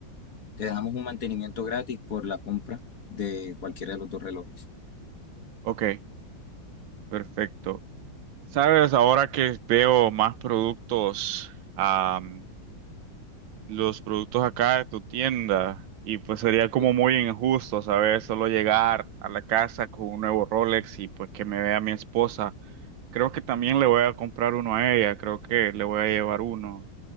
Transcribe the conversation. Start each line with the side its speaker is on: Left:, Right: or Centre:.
Left: Te damos un mantenimiento gratis por la compra de cualquiera de los dos relojes.
Right: ok, perfecto. Sabes, ahora que veo más productos, am, los productos acá de tu tienda, y pues sería como
Left: Sí.
Right: muy injusto, ¿sabes? Solo llegar a la casa con un nuevo Rolex y pues que me vea mi esposa. Creo que también le voy a comprar uno a ella, creo que le voy a llevar uno.